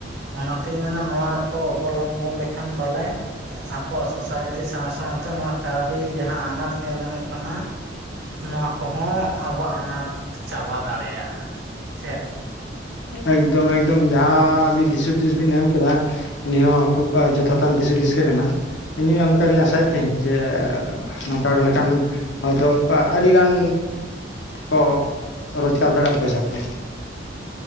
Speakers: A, on the right; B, on the left.
A: ᱚᱱᱟᱛᱤᱧ ᱢᱮᱱᱟ ᱱᱚᱣᱟ ᱠᱚ ᱚᱵᱚᱞᱚᱢᱵᱚᱱ ᱞᱮᱠᱷᱟᱱ ᱛᱟᱞᱮ ᱟᱠᱚᱣᱟᱜ ᱥᱳᱥᱟᱭᱴᱤ ᱥᱟᱶ ᱥᱟᱶᱛᱮ ᱱᱚᱣᱟ ᱠᱟᱹᱣᱰᱤ ᱡᱟᱦᱟᱸ ᱟᱱᱟᱴ ᱧᱮᱞ ᱧᱟᱢᱚᱜ ᱠᱟᱱᱟ ᱱᱚᱣᱟ ᱠᱚ ᱦᱚᱸ ᱟᱵᱚᱣᱟᱜ ᱟᱱᱟᱴ ᱪᱟᱵᱟ ᱫᱟᱲᱮᱭᱟᱜᱼᱟ <inaudible> ᱪᱮᱫ?
B: ᱮᱠᱫᱚᱢ ᱮᱠᱫᱚᱢ ᱡᱟᱦᱟᱸ ᱟᱵᱤᱱ ᱫᱤᱥ ᱦᱩᱫᱤᱥ ᱵᱤᱱ ᱮᱢ ᱠᱮᱫᱟ ᱾ ᱱᱤᱭᱟᱹ ᱦᱚᱸ ᱠᱷᱩᱵ ᱡᱚᱛᱷᱟᱛᱟᱱ ᱫᱤᱥ ᱦᱩᱫᱤᱥ ᱜᱮ ᱠᱟᱱᱟ ᱾ ᱤᱧ ᱦᱚᱸ ᱚᱱᱠᱟ ᱜᱤᱧ ᱟᱥᱟᱭᱮᱫ ᱛᱟᱦᱮᱸᱫ ᱡᱮ ᱱᱚᱝᱠᱟ ᱞᱮᱠᱟᱱ ᱦᱳᱭᱛᱳ ᱚᱱᱠᱟ ᱟᱹᱰᱤᱜᱟᱱ ᱠᱚ ᱨᱳᱡᱽᱠᱟᱨ ᱫᱟᱲᱮᱭᱟᱜᱼᱟ ᱯᱚᱭᱥᱟ ᱠᱚ ᱾